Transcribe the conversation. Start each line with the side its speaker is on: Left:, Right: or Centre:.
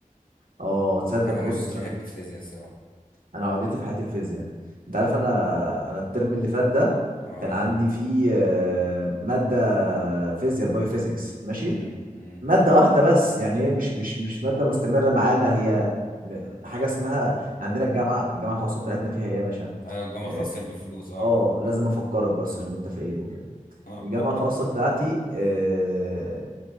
Right: اه تصدق
Left: انا
Right: بص
Left: ما كنتش بحب الفيزياء الصراحه
Right: انا عقدتي في حياتي الفيزياء انت عارف انا انا الترم اللي فات ده
Left: اه
Right: كان عندي فيه آه، ماده فيزياء بايو فيزيكس ماشي
Left: امم امم
Right: ماده واحده بس يعني هي مش مش مش ماده مستمره معانا هي م- حاجه اسمها عندنا الجامعه الجامعه الخاصه بتاعتنا فيها ايه يا باشا
Left: ايوه الجامعه
Right: اه
Left: الخاصه اللي بفلوس اه
Right: آه، لازم افكرك بس عشان انت فقير وكده
Left: <laughs>
Right: الجامعه الخاصه بتاعتي آه،